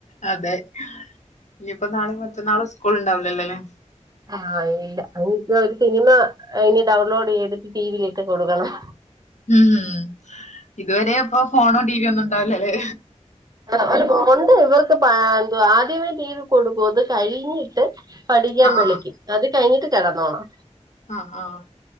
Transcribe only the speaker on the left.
അതെ, ഇനിയിപ്പ നാളെയും മറ്റന്നാളും സ്കൂൾ ഇണ്ടാവ് ലല്ലെലെ
ഉം ഇതുവരെ അപ്പൊ ഫോണോ ടീവിയൊ ഒന്നും ഇണ്ടാവുലല്ലേ
ആഹ്
ആഹ് ആഹ്